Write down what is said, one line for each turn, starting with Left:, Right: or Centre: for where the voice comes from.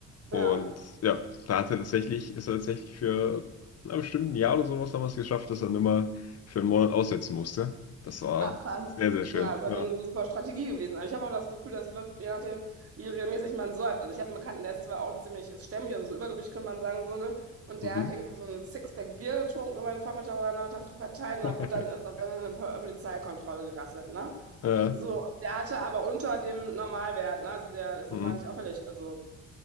Left: Und
Right: Ja.
Left: ja, da hat er tatsächlich, ist er tatsächlich für na, bestimmt ein bestimmten Jahr oder sowas haben wir es geschafft, dass er nimmer für einen Monat aussetzen musste. Das war
Right: Ach, krass.
Left: sehr, sehr schön.
Right: Ja, das ist
Left: Ja.
Right: dann eine super Strategie gewesen. Aber ich habe auch das Gefühl, das wirkt, je nachdem, wie regelmäßig man säuft. Also ich habe einen Bekannten, der ist zwar auch ziemlich ist stämmig, also so Übergewicht könnte man sagen, so, ne? Und der
Left: Mhm.
Right: hat irgendwie so ein Sixpack Bier getrunken über den Vormittag oder Nachmittag verteilt und
Left: <laughs>
Right: dann wurde dann, ist dann in eine Po- Polizeikontrolle gerasselt, ne?
Left: Ja,
Right: So, und der hatte aber unter dem Normalwert, ne? Also der Essen
Left: mhm.
Right: war nicht auffällig. Also